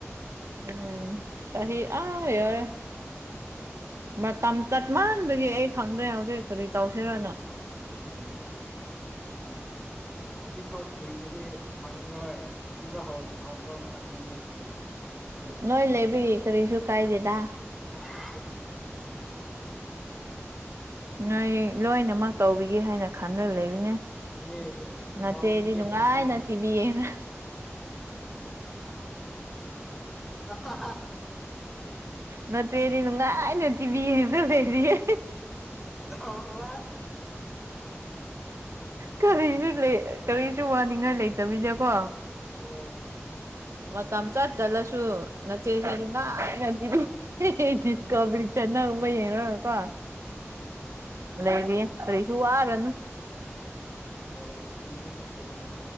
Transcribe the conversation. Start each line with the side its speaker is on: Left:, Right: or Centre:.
Right: ꯎꯝ ꯆꯍꯤ ꯑꯥ ꯌꯧꯔꯦ ꯃꯇꯝ ꯆꯠꯃꯥꯟꯕꯒꯤ ꯑꯩ ꯈꯪꯗ꯭ꯔꯦ ꯍꯧꯖꯤꯛ ꯀꯔꯤ ꯇꯧꯁꯦꯔꯥꯅ
Centre: ꯎꯝ ꯍꯧꯖꯤꯛꯐꯥꯎ ꯊꯤꯗ꯭ꯔꯗꯤ ꯐꯪꯔꯣꯏ ꯊꯤꯕ ꯍꯧ ꯍꯧꯕ ꯃꯇꯝꯅꯤ ꯅꯣꯢꯗꯤ
Right: ꯅꯣꯏ ꯂꯩꯕꯒꯤ ꯀꯔꯤꯁꯨ ꯀꯥꯏꯗꯦꯗ
Centre: ꯑꯥꯢ
Right: ꯅꯣꯏ ꯂꯣꯏꯅꯃꯛ ꯇꯧꯕꯤꯒꯦ ꯍꯥꯏꯅ ꯈꯟꯔ ꯂꯩꯕꯅꯦ
Centre: ꯑꯦ ꯑꯦ
Right: ꯅꯆꯦꯗꯤ
Centre: ꯇꯧꯕꯤꯒꯦ
Right: ꯅꯨꯉꯥꯏꯅ
Centre: ꯇꯧꯕꯤꯒꯦ
Right: ꯇꯤ ꯃꯤ ꯌꯦꯡꯔ
Centre: <unintelligible>
Right: ꯅꯆꯦꯗꯤ ꯅꯨꯉꯥꯏꯅ ꯇꯤꯚꯤ ꯌꯦꯡꯔ ꯂꯩꯔꯤꯌꯦ
Centre: <unintelligible>
Right: ꯀꯔꯤꯁꯨ ꯂꯩ ꯀꯔꯤꯁꯨ ꯋꯥꯅꯤꯡꯉꯥꯏ ꯂꯩꯇꯕꯤꯗꯀꯣ
Centre: ꯑꯣ
Right: ꯃꯇꯝ ꯆꯠ ꯆꯠꯂꯁꯨ ꯅꯆꯦꯁꯦ ꯅꯨꯉꯥꯢꯅ ꯇꯤꯚꯤ ꯗꯤꯁꯀꯣꯚꯔꯤ ꯆꯦꯅꯦꯜꯒꯨꯝꯕ ꯌꯦꯡꯔꯒ ꯀꯣ ꯂꯩꯔꯤꯌꯦ ꯀꯔꯤꯁꯨ ꯋꯥꯔꯅꯨ
Centre: ꯑꯣ ꯐꯩꯅꯦ ꯐꯩꯅꯦ